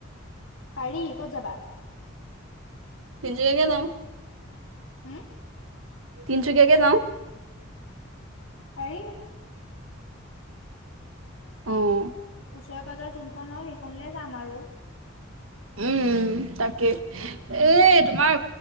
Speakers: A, on the left (about 90°); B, on the right (about 80°).
A: পাৰি ক'ত যাবা? <unintelligible>
B: তিনিচুকীয়া কে যাওঁ
A: হুম <unintelligible>
B: তিনিচুকীয়াকে যাওঁ।
A: পাৰি।
B: অঁ
A: ওচৰে-পাজৰে যোনখন হয় সেইখনলে যাম আৰু।
B: উম তাকে এ তোমাৰ